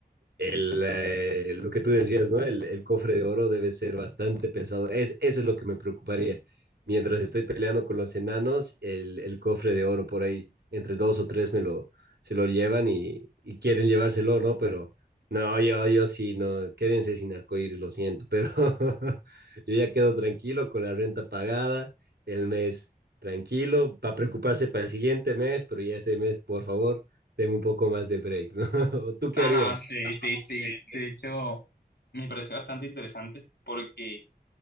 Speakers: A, on the right; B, on the left.
A: el, eh, lo que tú decías, ¿no? El, el cofre de oro debe ser bastante pesado. Es, eso es lo que me preocuparía. Mientras estoy peleando con los enanos, el, el cofre de oro por ahí, entre dos o tres me lo, se lo llevan y, y quieren llevárselo, ¿no? Pero no, yo, yo sí, no, quédense sin arcoíris, lo siento, pero <laughs> yo ya quedo tranquilo con la renta pagada, el mes tranquilo, para preocuparse para el siguiente mes, pero ya este mes, por favor, tengo un poco más de break, ¿no? <laughs> ¿Tú qué
B: Ah,
A: harías?
B: no, sí, sí, sí.
A: Sí.
B: De hecho, me pareció bastante interesante porque